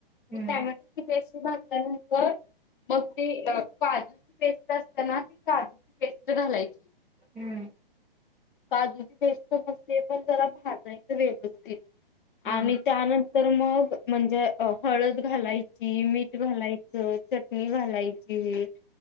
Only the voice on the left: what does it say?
टॅमॅटोची पेस्ट भाज <unintelligible> मग ते काजूची पेस्ट असतेना ती काजूची पेस्ट घालायची.
काजूची पेस्ट मग ते पण जरा भजायची व्यवस्थित.
आणि त्यानंतर मग म्हणजे हळद घालायची, मीठ घालायचं. चटणी घालायची.